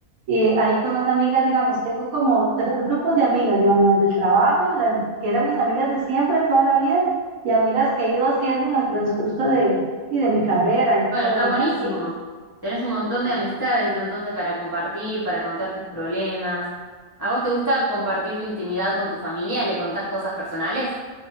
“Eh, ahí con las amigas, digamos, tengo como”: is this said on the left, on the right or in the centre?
Right